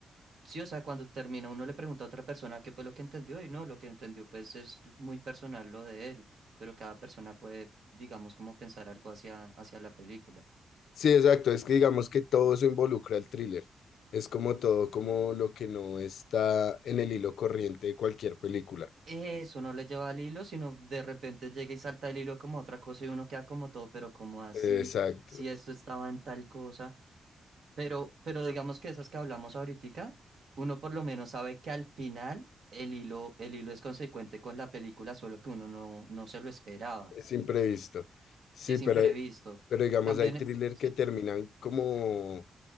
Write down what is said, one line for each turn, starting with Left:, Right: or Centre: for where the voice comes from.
Right: Sí, o sea, cuando termina uno le pregunta a otra persona qué fue lo que entendió y no, lo que entendió pues es muy personal lo de él, pero cada persona puede, digamos, como pensar algo hacia, hacia la película.
Left: Sí, exacto. Es que digamos que todo eso involucra el thriller. Es como todo, como lo que no está en el hilo corriente de cualquier película.
Right: Eso no le lleva al hilo, sino de repente llega y salta el hilo como otra cosa y uno queda como todo, pero como así,
Left: Exacto.
Right: si esto estaba en tal cosa, pero, pero digamos que esas que hablamos ahorita, uno por lo menos sabe que al final el hilo, el hilo es consecuente con la película, solo que uno no, no se lo esperaba.
Left: Es imprevisto. Sí,
Right: Es
Left: pero,
Right: imprevisto.
Left: pero digamos
Right: Cambio
Left: hay
Right: en...
Left: thriller
Right: e- Sí.
Left: que terminan como